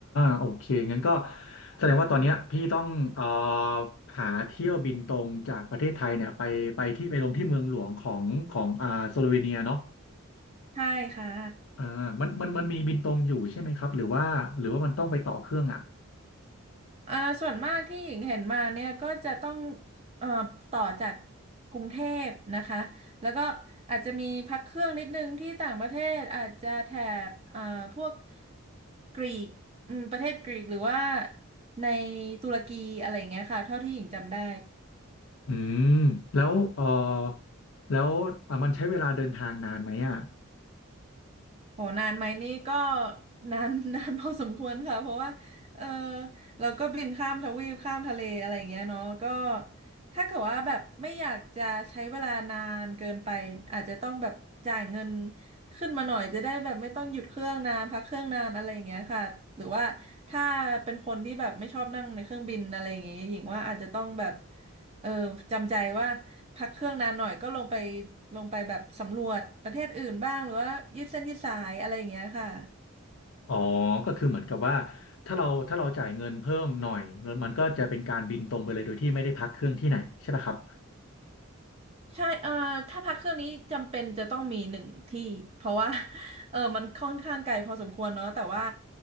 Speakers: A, on the left; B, on the right.
A: โอเคงั้นก็แสดงว่าตอนเนี้ยพี่ต้องเอ่อหาเที่ยวบินตรงจากประเทศไทยเนี่ยไปไปที่ไปลงที่เมืองหลวงของของอ่าสโลเวเนียเนาะ
B: ใช่ค่ะ
A: อ่ามันมันมันมีบินตรงอยู่ใช่ไหมครับหรือว่าหรือว่ามันต้องไปต่อเครื่องอ่ะ
B: อ่าส่วนมากที่หญิงเห็นมาเนี่ยก็จะต้องเอ่อต่อจากกรุงเทพนะคะแล้วก็อาจจะมีพักเครื่องนิดนึงที่ต่างประเทศอาจจะแถบเอ่อพวกกรีกอืมประเทศกรีกหรือว่าในตุรกีอะไรอย่างเงี้ยค่ะเท่าที่หญิงจำได้
A: อืมแล้วเอ่อแล้วอ่ะมันใช้เวลาเดินทางนานไหมอ่ะ
B: โหนานไหมนี่ก็ <laughs> นาน <laughs> นานพอสมควรค่ะเพราะว่าเออเราก็บินข้ามทวีปข้ามทะเลอะไรอย่างเงี้ยเนาะก็ถ้าเกิดว่าแบบไม่อยากจะใช้เวลานานเกินไปอาจจะต้องแบบจ่ายเงินขึ้นมาหน่อยจะได้แบบไม่ต้องหยุดเครื่องนานพักเครื่องนานอะไรอย่างเงี้ยค่ะหรือว่าถ้าเป็นคนที่แบบไม่ชอบนั่งในเครื่องบินอะไรอย่างเงี้ยหญิงว่าอาจจะต้องแบบเออจำใจว่า พักเครื่องนานหน่อยก็ลงไปลงไปแบบสำรวจประเทศอื่นบ้างหรือว่ายืดเส้นยืดสายอะไรอย่างเงี้ยค่ะ
A: อ๋อก็คือเหมือนกับว่าถ้าเราถ้าเราจ่ายเงินเพิ่มหน่อยมันก็จะเป็นการบินตรงไปเลยโดยที่ไม่ได้พักเครื่องที่ไหนใช่ปะครับ
B: ใช่เอ่อถ้าพักเครื่องนี้จำเป็นจะต้องมีหนึ่งที่เพราะว่า <laughs> เออมันค่อนข้างไกลพอสมควรเนาะแต่ว่า